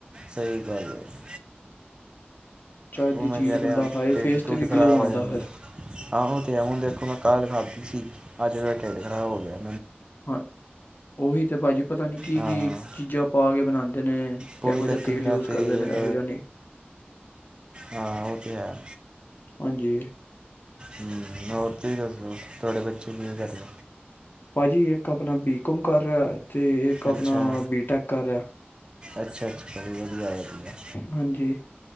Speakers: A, on the right; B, on the left.
A: ਸਹੀ ਗੱਲ ਹੈ।
B: ਚੱਜ
A: ਉਹ
B: ਦੀ
A: ਮੈਂ
B: ਚੀਜ਼
A: ਕਹਿ
B: ਬੰਦਾ
A: ਰਿਹਾ ਹੈ।
B: ਖਾਏ
A: ਪੇਟ
B: ਫੇਸ
A: ਪੇਟ
B: ਤੇ ਵੀ
A: ਖਰਾਬ
B: ਗਲੋ ਆਉਂਦਾ
A: ਹੋ ਜਾਂਦੇ
B: ਫਿਰ
A: ਹੈ। ਆਹੋ ਤੇ ਹੈ। ਹੁਣ ਦੇਖੋ ਮੈਂ ਕੱਲ ਖਾਧੀ ਸੀ। ਅੱਜ ਮੇਰਾ ਢਿੱਡ ਖਰਾਬ ਹੋ ਗਿਆ ਹੈ।
B: ਹਾਂਜੀ ਉਹੀ ਤੇ ਭਾਜੀ ਪਤਾ ਨੀ ਕੀ
A: ਹਾਂ
B: ਕੀ ਚੀਜ਼ਾਂ ਪਾ ਕੇ ਬਣਾਉਂਦੇ। ਕਰਦੇ ਨੇ
A: ਪੋਹੀ
B: ਕਿਹੋ
A: ਦਾ
B: ਜਿਹਾ ਤੇਲ
A: ਗੰਦਾ
B: ਯੂਜ
A: ਤੇਲ
B: ਕਰਦੇ ਨੇ ਕਿਹੋ ਜਿਹਾ ਨਹੀਂ।
A: ਹਾਂ ਉਹ ਤੇ ਹੈ।
B: ਹਾਂਜੀ।
A: ਹੂੰ ਹੋਰ ਤੁਸੀਂ ਦੱਸੋ ਤੁਹਾਡੇ ਬੱਚੇ ਵੀ ਕੀ ਕਰਦੇ।
B: ਭਾਜੀ ਇੱਕ ਆਪਣਾ ਬੀਕੋਮ ਕਰ ਰਿਹਾ ਤੇ। ਇੱਕ ਆਪਣਾ
A: ਅੱਛਾ
B: ਬੀਟੈਕ ਕਰ ਰਿਹਾ
A: ਅੱਛਾ ਅੱਛਾ ਬੜੀ ਵਧੀਆ ਹੈਗੀ ਹੈ।
B: ਹਾਂਜੀ।